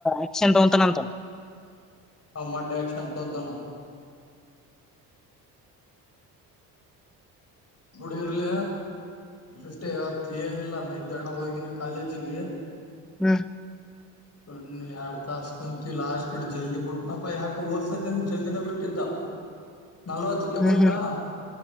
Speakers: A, in the centre; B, on the left.
A: ಆಕ್ಷಂಟ್ ಅತಾನಂತ
B: ಹ ಮಾಡ ಆಕ್ಷನ್ ತೊಂತಾನ ಬುಡಿಗರ್ಲ ನಿಿಫ್ಟಿ ಐವತ್ತು ಏನಿಲ್ಲ ಮೈದನ ಹೋಗಿನ ಕಾಲೇಜಿಗೆ
A: ಹಾ
B: ಕಣ್ಣ ಎರಡ್ ತಸ್ ಕುಂತೀವಿ ಲಾಸ್ಟ್ ಬಿಟ್ಟ ಜಲ್ದಿ ಬಿಟ್ಟನಪ್ಪ ಯಾಕ ಓದ್ಸತಿನ್ ಜಲ್ದಿನ ಬಿಟ್ಟಿದ್ದ ನಲ್ವತ್ತಕ್ಕೆ
A: ಹ್ಮ್
B: ಬಿಟ್ಟಾ
A: ಹ್ಮ್